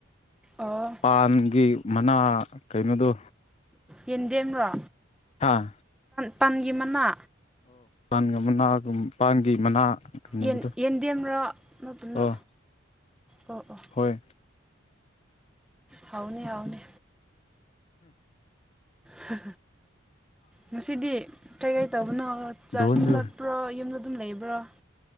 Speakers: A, in the centre; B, on the left.
A: ꯑꯣ
B: ꯄꯥꯟꯒꯤ ꯃꯅꯥ ꯀꯩꯅꯣꯗꯣ
A: ꯌꯦꯟꯗꯦꯝ꯭ꯔꯣ
B: ꯍꯥꯥ
A: ꯃꯥ ꯄꯟꯒꯤ ꯃꯅꯥ
B: ꯥꯟꯒ ꯃꯅꯥꯒ ꯃꯄꯥꯟꯒꯤ ꯃꯅꯥ ꯀꯩꯅꯣꯕꯗꯣ
A: ꯌꯦꯟ ꯌꯦꯟꯗꯦꯝꯔꯣ ꯅꯠꯇꯅ
B: ꯑꯣ
A: ꯑꯣ ꯑꯣ
B: ꯍꯣꯏ
A: ꯍꯧꯥꯎꯅꯦ ꯑꯥꯎꯅꯦ ꯍ ꯉꯁꯤꯗꯤ ꯀꯩꯀꯩ ꯇꯧꯕꯅꯣ ꯆꯠꯄ꯭ꯔꯣ
B: ꯗꯣꯟꯗꯨ
A: ꯌꯨꯝꯗ ꯑꯗꯨꯝ ꯂꯩꯕ ꯭ꯔꯣꯝꯉ